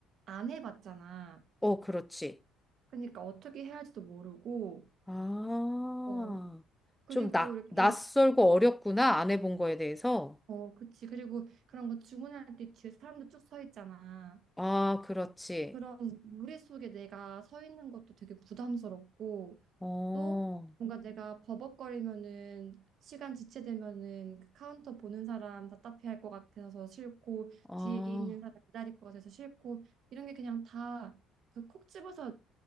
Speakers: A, on the right; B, in the centre.
A: 안 해봤잖아.
B: 어, 그렇지.
A: 그러니까 어떻게 해야 할지도 모르고,
B: 아,
A: 어, 그리고
B: 좀 나,
A: 이렇게,
B: 낯설고 어렵구나. 안 해본 거에 대해서.
A: 어, 그치. 그리고 그런 거 주문할 때 뒤에 사람도 쭉 서 있잖아.
B: 아, 그렇지.
A: 그런 무리 속에 내가 서 있는 것도 되게 부담스럽고,
B: 어,
A: 또 뭔가 내가 버벅거리면은, 시간 지체되면은 그 카운터 보는 사람 답답해 할 것 같아서 싫고,
B: 아,
A: 뒤에 있는 사람 기다릴 것 같아서 싫고, 이런 게 그냥 다 그 콕 집어서